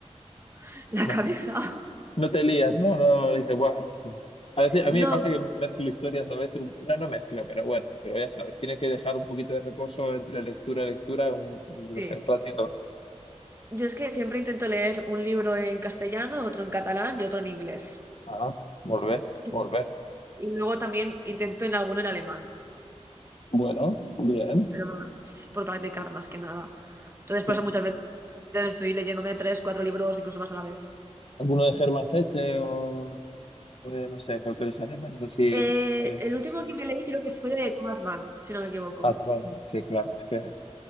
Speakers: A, on the right; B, on the left.
A: <laughs> la
B: No,
A: cabeza.
B: no te lías, ¿no? No, no, dice "Buah, no". A veces, a
A: No,
B: mí me pasa que mezclo historias, a veces, un- no, no mezclo, pero bueno, pero ya sabes, tiene que dejar un poquito de reposo entre lectura y lectura, un, un-
A: sí,
B: no sé, un ratito.
A: yo es que siempre intento leer un libro en castellano, otro en catalán y otro en inglés.
B: Ah, volver,
A: Y,
B: volver.
A: y luego también intento en alguno en alemán.
B: Bueno, bien,
A: pero vamos, por practicar más que nada. Entonces, por
B: claro.
A: eso muchas veces estoy leyéndome tres, cuatro libros, incluso más a la vez.
B: ¿Alguno de Germán Hesse o, o de, no sé, qué autores alemanes? Así,
A: Eh,
B: eh,
A: el último que me leí creo que fue de Thomas Mann, si no me equivoco.
B: Hartmann, sí, claro, es que